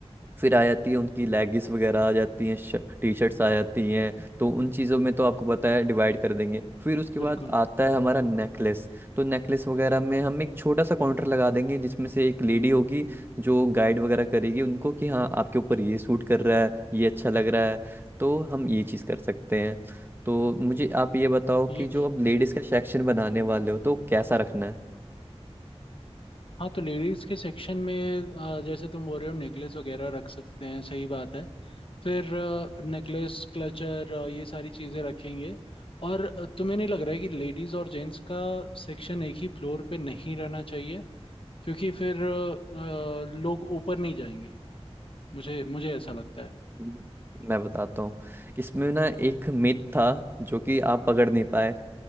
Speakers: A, on the right; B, on the left.
A: फिर आ जाती है उनकी लेगिंग्स वगैरह आ जाती हैं टी शर्ट्स आ जाती हैं तो उन चीज़ों में तो आपको पता है डिवाइड कर देंगे फिर उसके
B: बिल्कुल
A: बाद आता है हमारा नेकलेस तो नेकलेस वगैरह में हम एक छोटा सा काउंटर लगा देंगे जिसमें से एक लेडी होगी जो गाइड वगैरह करेगी उनको कि हाँ आपके ऊपर ये सूट कर रहा है ये अच्छा लग रहा है तो हम ये चीज़ कर सकते हैं तो मुझे आप ये बताओ
B: ये
A: कि जो अब लेडीज़ का सेक्शन बनाने वाले हो तो कैसा रखना है
B: हाँ तो लेडीज के सेक्शन में अ, जैसे तुम बोल रहे हो नेकलेस वगैरह रख सकते हैं सही बात है फिर नेकलेस क्लचर ये सारी चीजें रखेंगे और अ, तुम्हें नहीं लग रहा है कि लेडीज और जेंट्स का सेक्शन एक ही फ्लोर पे नहीं रहना चाहिए क्योंकि फिर अ, अ, लोग ऊपर नहीं जाएंगे मुझे मुझे ऐसा लगता है
A: हम्म। मैं बताता हूँ इसमें ना एक मिथ था जो कि आप पकड़ नहीं पाए